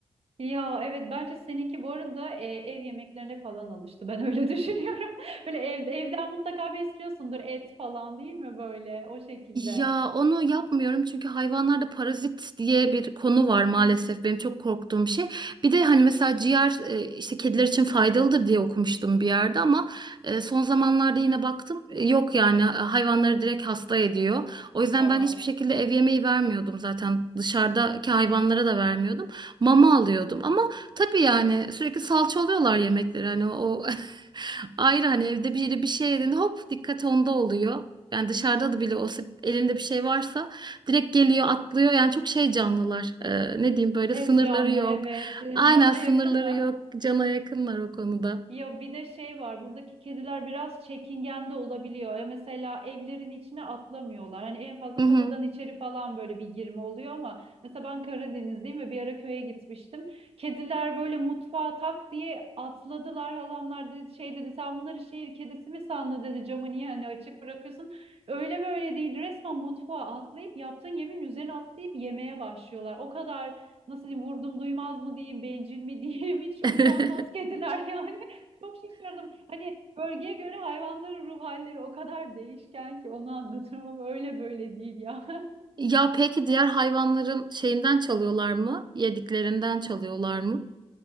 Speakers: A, on the right; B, on the right.
A: ya evet bence seninki bu arada e, ev yemeklerine falan alıştı ben öyle <laughs> düşünüyorum. Böyle ev, evden mutlaka bir istiyorsundur et falan değil mi böyle o şekilde.
B: Ya onu yapmıyorum çünkü hayvanlarda parazit diye bir konu var maalesef
A: Hmm.
B: benim çok korktuğum bir şey. Bir de hani mesela ciğer e, işte kediler için faydalıdır diye okumuştum bir yerde ama e, son zamanlarda yine baktım e, yok yani e, hayvanları direkt hasta ediyor. O yüzden
A: Aa
B: ben hiçbir şekilde ev yemeği vermiyordum zaten dışarıdaki hayvanlara da vermiyordum. Mama alıyordum ama tabii yani sürekli salça oluyorlar yemekleri hani o <laughs> ayrı hani evde biri bir şey yediğinde hop dikkat onda oluyor. Yani dışarıda da bile olsa elinde bir şey varsa direkt geliyor atlıyor. Yani çok şey canlılar. Ee, ne diyeyim böyle
A: tez
B: sınırları
A: canlı
B: yok.
A: evet <laughs>
B: Aynen
A: cana
B: sınırları
A: yakınlar.
B: yok. Cana yakınlar o konuda.
A: Ya bir de şey var buradaki kediler biraz çekingen de olabiliyor. Ya mesela evlerin içine atlamıyorlar. Hani en fazla
B: Hı
A: kapıdan
B: hı.
A: içeri falan böyle bir girme oluyor ama mesela ben Karadenizliyim ve bir ara köye gitmiştim. Kediler böyle mutfağa tak diye atladılar. Halamlar dedi, şey dedi sen bunları şehir kedisi mi sandın dedi camı niye hani açık bırakıyorsun. Öyle böyle değil resmen mutfağa atlayıp yaptığın yemeğin üzerine atlayıp yemeye başlıyorlar. O kadar nasıl diyeyim vurdum duymaz mı diyeyim bencil mi diyeyim <laughs> hiç
B: <laughs>
A: utanmaz kediler <laughs> yani. Çok şaşırdım. Hani bölgeye göre hayvanların ruh halleri o kadar değişken ki onu anlatırım ama öyle böyle değil ya. <laughs>
B: Ya peki diğer hayvanların şeyinden çalıyorlar mı? Yediklerinden çalıyorlar mı?